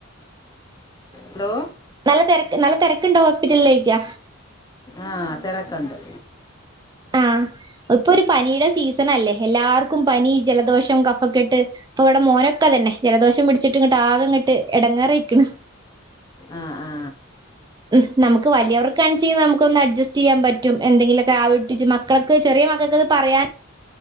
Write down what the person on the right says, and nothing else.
നല്ല തെരക്ക് നല്ല തേരക്കുണ്ടോ ഹോസ്പിറ്റല്ല്യക്കാ.
ആഹ് ഇപ്പൊ ഒരു പനിയുടെ സീസൺ അല്ലേ എല്ലാർക്കും പനി ജലദോഷം കഫക്കെട്ട്. ഇപ്പൊ ഇവിടെ മോനൊക്കെ അതന്നെ ജലദോഷം പിടിച്ചിട്ട് ങ്ങട്ട്ആകെങ്ങട്ട് ഇടങ്ങേറിയിക്കിണ്..
ഉം നമക് വലിയവർകാണിച്ച നമുക്ക് ഒന്ന് അഡ്ജസ്റ്റ് ചെയ്യാൻ പറ്റും. എന്തെങ്കിലൊക്കെആവിട്പ്പിച്ച് മക്കളെ ക് ചെറിയ മക്കക്ക് പറയാൻ